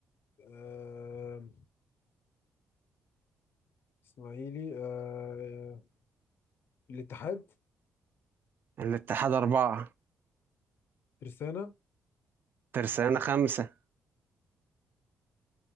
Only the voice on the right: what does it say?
الاتحاد اربعة
ترسانة خمسة